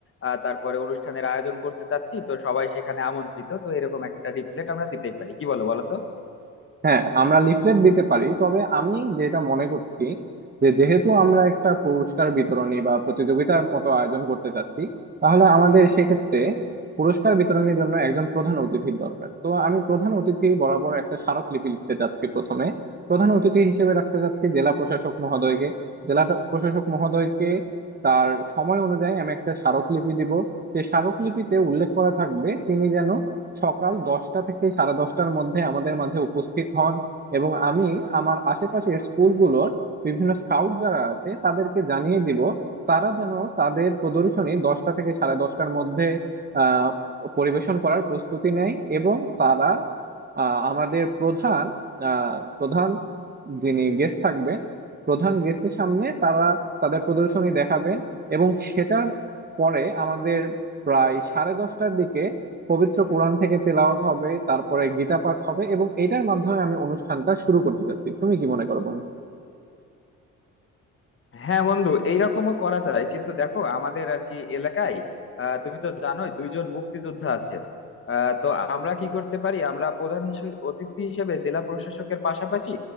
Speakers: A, on the left; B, on the right.
A: আহ তারপরে অনুষ্ঠানের আয়োজন করতে চাচ্ছি তো সবাই সেখানে আমন্ত্রিত তো এরকম একটা লিফলেট আমরা দিতেই পারি কি বলো বলো তো
B: হ্যাঁ আমরা লিফলেট দিতে পারি তবে আমি যেটা মনে করছি যে যেহেতু আমরা একটা পুরস্কার বিতরণী বা প্রতিযোগিতার মতো আয়োজন করতে চাচ্ছি তাহলে আমাদের সেক্ষেত্রে পুরস্কার বিতরণের জন্য একজন প্রধান অতিথির দরকার তো আমি প্রধান অতিথি বরাবর একটা স্মারকলিপি লিখতে চাচ্ছি প্রথমে প্রধান অতিথি হিসেবে রাখতে চাচ্ছি জেলা প্রশাসক মহোদয়কে জেলা ট- প্রশাসক মহোদয়কে তার সময় অনুযায়ী আমি একটা স্মারকলিপি দিব সেই স্মারকলিপিতে উল্লেখ করা থাকবে তিনি যেন সকাল দশটা থেকে সাড়ে দশটার মধ্যে আমাদের মাঝে উপস্থিত হন এবং আমি আমার আশেপাশের স্কুলগুলোর বিভিন্ন স্কাউট যারা আছে তাদেরকে জানিয়ে দিব তারা যেন তাদের প্রদর্শনী দশটা থেকে সাড়ে দশটার মধ্যে আহ পরিবেশন করার প্রস্তুতি নেয় এবং তারা আহ, আমাদের প্রধান আহ, প্রধান যিনি গেস্ট থাকবেন প্রধান গেস্টের সামনে তারা তাদের প্রদর্শনী দেখাবেন এবং সেটার পরে আমাদের প্রায় সাড়ে দশটার দিকে পবিত্র কোরআন থেকে তেলাওয়াত হবে তারপরে গীতা পাঠ হবে এবং এটার মাধ্যমে আমি অনুষ্ঠানটা শুরু করতে চাচ্ছি তুমি কি মনে করো বন্ধু
A: হ্যাঁ বন্ধু এইরকমও করা যায় কিন্তু দেখো আমাদের আর কি এলাকায় আহ, তুমি তো জানোই দুইজন মুক্তিযোদ্ধা আছেন আহ, তো আমরা কি করতে পারি আমরা প্রধান হিসেবে অতিথি হিসেবে জেলা প্রশাসকের পাশাপাশি